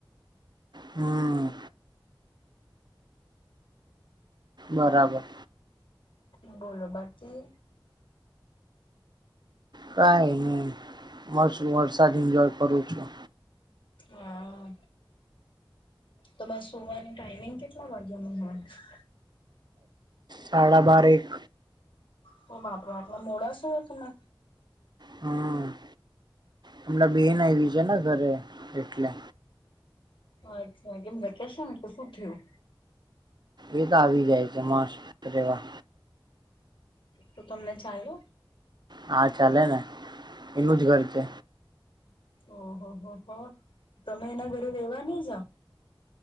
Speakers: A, on the right; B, on the left.
A: હમ બરાબર
B: હ બોલો બાકી
A: કઈ નહી મસ્ત વરસાદ એન્જોય કરું છું.
B: હા તો બસ સુવા ની ટાઈમિંગ કેટલા વાગ્યા નું હ
A: સાડા બાર એક
B: તો બાપા આટલા મોડા સુઓ તમે
A: હા હમણાં બેન આવી છે ને ઘરે એટલે
B: અચ્છા કેમ વેકેશન ને તો શું થયું?
A: એ તો આવી જાય છે મા <unintelligible> લેવા
B: તો તમને ચાલો
A: હા ચાલે ને એનું જ ઘર છે.
B: ઓહ હોહ તમે એના ઘરે રેવા નહી જાઓ?